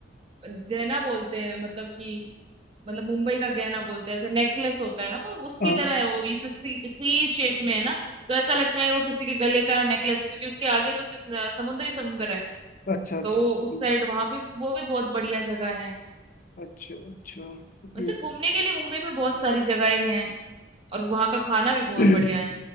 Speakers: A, on the right; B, on the left.
A: जैना बोलते हैं मतलब कि मतलब मुंबई का गहना बोलते हैं ऐसा नेकलेस होता है ना वो उसकी
B: हाँ
A: तरह है वो इस सी, सी शेप में है ना तो ऐसा लगता है वो किसी के गले का नेकलेस है क्योंकि उसके आगे तो सिर्फ अ, समुंदर ही समुंदर है
B: अच्छा अच्छा
A: तो वो
B: अच्छा
A: उस साइड वहां पे वो भी बहुत बढ़िया जगह है
B: अच्छा अच्छा
A: वैसे
B: ये
A: घूमने के लिए मुंबई में बहुत सारी जगहें हैं और वहां का खाना भी बहुत
B: <clears throat>
A: बढ़िया है